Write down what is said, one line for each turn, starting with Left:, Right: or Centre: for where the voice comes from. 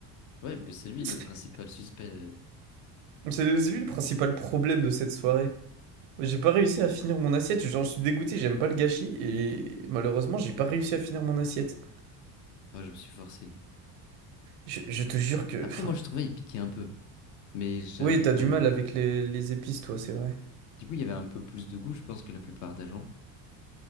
Left: Ouais, mais c'est lui
Right: <laughs>
Left: le principal suspect. euh.
Right: C'est c'est lui le principal problème de cette soirée. J'ai pas réussi à finir mon assiette, j'en suis dégoûté, j'aime pas le gâchis, et malheureusement, j'ai pas réussi à finir mon assiette.
Left: Moi, je me suis forcé.
Right: Je, je te jure que...
Left: Après,
Right: Enfin...
Left: moi, je trouvais il piquait un peu, mais j'ai
Right: Oui,
Left: un problème.
Right: t'as du mal avec les, les épices, toi, c'est vrai.
Left: Du coup, il y avait un peu plus de goût, je pense, que la plupart des gens.